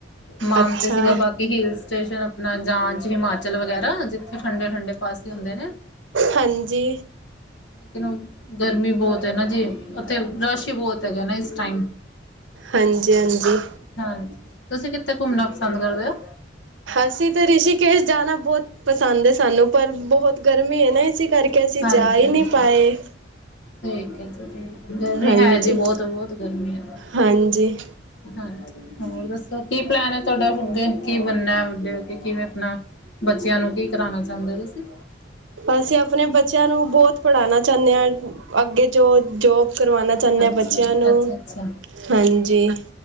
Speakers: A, on the left; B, on the right.
A: ਮਨ
B: ਅੱਛਾ
A: ਤੇ ਸੀਗਾ। ਬਾਕੀ ਹਿਲ ਸਟੇਸ਼ਨ ਆਪਣਾ ਜਾਂਣ ਚ। ਹਿਮਾਚਲ ਵਗੈਰਾ, ਜਿੱਥੇ ਠੰਡੇ-ਠੰਡੇ ਪਾਸੇ ਹੁੰਦੇ ਨੇ।
B: ਹਾਂਜੀ।
A: ਲੇਕਿਨ ਗਰਮੀ ਬਹੁਤ ਹੈ ਨਾ ਜੀ ।ਉੱਥੇ ਰਸ਼ ਹੀ ਬਹੁਤ ਹੈਗਾ ਨਾ ਇਸ ਟਾਈਮ।
B: ਹਾਂਜੀ ਹਾਂਜੀ
A: ਹਾਂਜੀ, ਤੁਸੀਂ ਕਿੱਥੇ ਘੁੰਮਣਾ ਪਸੰਦ ਕਰਦੇ ਹੋ?
B: ਅਸੀਂ ਤੇ, ਰਿਸ਼ੀਕੇਸ਼ ਜਾਣਾ ਬਹੁਤ ਪਸੰਦ ਹੈ। ਸਾਨੂੰ ਪਰ ਬਹੁਤ ਗਰਮੀ ਹੈ ਨਾ। ਇਸੀ ਕਰਕੇ, ਕੇ ਅਸੀ
A: ਹਾਂਜੀ
B: ਜਾ ਈ
A: ਹਾਂਜੀ
B: ਨੀ ਪਾਏ।
A: ਠੀਕ ਹੈ। ਜੀ ਠੀਕ, ਗਰਮੀ
B: ਹਾਂਜੀ
A: ਹੈ ਜੀ ਬਹੁਤ ਬਹੁਤ ਗਰਮੀ ਆ।
B: ਹਾਂਜੀ
A: ਹਾਂਜੀ, ਹੋਰ ਦੱਸੋ ਕੀ ਪਲੈਨ ਹੈ? ਤੁਵਾਡਾ ਅੱਗੇ ਕੀ ਬਣਨਾ? ਵੜੇ ਓ ਕੇ ਕਿਵੇਂ ਆਪਣਾ, ਬੱਚਿਆਂ ਨੂੰ ਕੀ ਕਰਾਨਾ ਚਾਹੁੰਦੇ ਓ ਤੁਸੀਂ?
B: ਅਸੀਂ ਆਪਣੇ ਬੱਚਿਆਂ ਨੂੰ ਬਹੁਤ ਪੜ੍ਹਾਣਾ ਚਾਣੇ ਹਾਂ। ਅੱਗੇ ਜੋ ਜੋਬ ਕਰਵਾਣਾ ਚਾਣੇ
A: ਅੱਛਾ
B: ਆ ਬੱਚਿਆਂ
A: ਜੀ
B: ਨੂੰ
A: ਅੱਛਾ ਅੱਛਾ
B: ਹਾਂਜੀ।,